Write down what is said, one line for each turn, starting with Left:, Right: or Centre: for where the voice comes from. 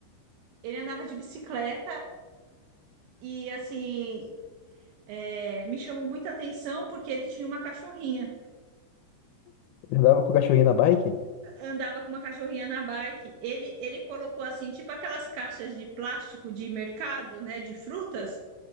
Right: ele andava de bicicleta e, assim, é, me chamou muita atenção porque ele tinha uma cachorrinha.
Left: Ele andava com o cachorrinho na bike?
Right: Andava com uma cachorrinha na bike. Ele, ele colocou, assim, tipo aquelas caixas de plástico de mercado, né, de frutas.